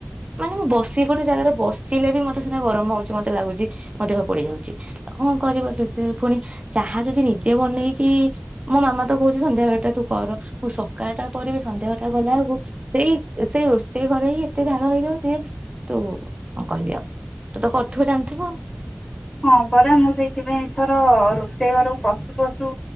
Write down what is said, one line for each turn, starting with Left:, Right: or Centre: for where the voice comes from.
Right: ମାନେ ମୁଁ ବସି ଗୋଟେ ଜାଗାରେ ବସିଲେ ବି ମତେ ସିନା ଗରମ ହଉଛି ମତେ ଲାଗୁଛି ମୋ ଦେହ ପୋଡି ଯାଉଛି କଣ କରିିବାରିବ ସେ ପୁଣି ଚାହା ଯଦି ନିଜେ ବନେଇକି ମୋ ମାମା ତ କହୁଛି ସନ୍ଧ୍ୟାଵେଳଟା ତୁ କର ମୁଁ ସକାଳ ଟା କରିବି ସନ୍ଧ୍ୟା ଘଟା ଗଲା ବଳକୁ ସେଇ ସେ ସେ ଘରେ ହିଁ ଏତେ ଝାଳ ହେଇଯାଉଛି ଯେ ତୁ ହଁ କହିବି ଆଉ ତୁ ତ କରିୁଥିବୁ ଜାଣିଥିବୁ ଆଉ
Centre: ହଁ ପରା ମୁଁ ସେଇଥିପାଇଁ ଏଥର ରୋଷେଇ ଘରକୁ ପଶୁ ପଶୁ